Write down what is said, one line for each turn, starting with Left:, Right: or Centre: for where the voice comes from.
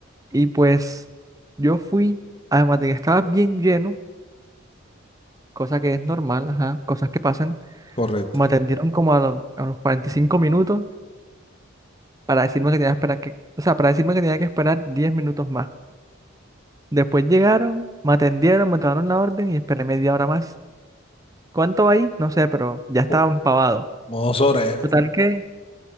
Right: Y pues, yo fui, además de que estaba bien lleno, cosa que es normal, ajá, cosas que pasan,
Left: Correcto.
Right: me atendieron como a, los a los 45 minutos para decirme que tenía que esperar que, o sea, para decirme que tenía que esperar 10 minutos más. Después llegaron, me atendieron, me tomaron la orden y esperé media hora más. ¿Cuánto ahí? No sé, pero ya estaba
Left: Oh.
Right: empavado.
Left: Modo Sora, ¿eh?
Right: Total que,